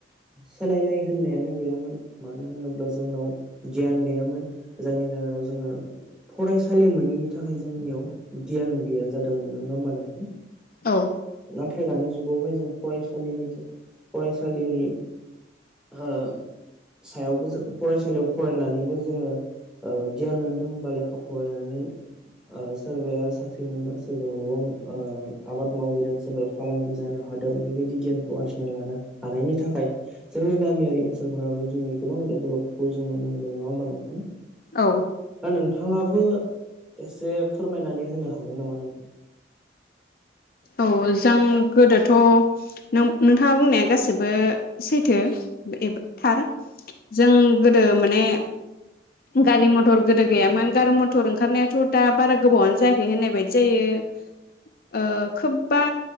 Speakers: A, in the centre; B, on the left (about 50°).
A: सोलायनाय होननायानो गैयामोन मानो होनोब्ला जोंनाव गियान गैयामोन जायनि जाहोनाव जोङो फरायसालि मोनैनि थाखाय जोंनियाव गियान गैया जादोंमोन नङा होमबा नोंथां।
B: औ
A: नाथाय दानि जुगावहाय जों फरायसालिनि फरायसालिनि ओ सायावबो जों फरायसालियाव फरायनानैबो जोङो गियान मोनदों बा लेखा फरायनानै सोरबाया साख्रि मोनदों सोरबाया माबा आबाद मावहैदों सोरबाया फालांगि जानो हादों बेबायदि गियानखौ आरजिना लानो हानायनि थाखाय जोंनि गामियारि ओनसोल सोलफोराबो दिनै गोबां डेभेलपखौ जों नुनो मोनदों नङा होमबा नोंथां
B: औ
A: औ नों नोंथाङाबो एसे फोरमायनानै होनो हागोन नामा नोंथां?
B: औ जों गोदोथ नोंथाङा बुंनाया गासिबो सैथो थार जों गोदो माने गारि मथर गोदो गैयामोन गारि मथर ओंखारनायाथ दा बारा गोबावानो जायाखै होननाय बायदि जायो। ओ खोबबा